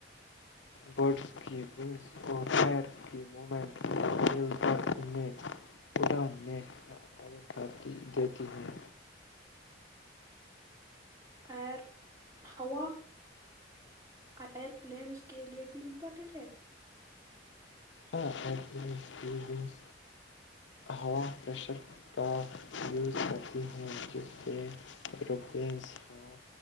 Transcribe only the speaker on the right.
ار ہوا ائر پلینس کے لیے بھی امپورٹینٹ ہے